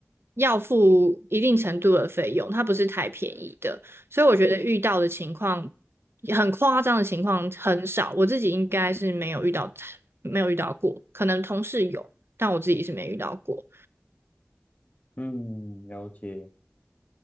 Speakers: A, on the right (about 65°); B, on the left (about 40°).
A: 要付一定程度的费用，它不是太便宜的，所以我觉得遇到的情况很夸张的情况很少，我自己应该是没有遇到，没有遇到过，可能同事有，但我自己是没遇到过。
B: 嗯，了解。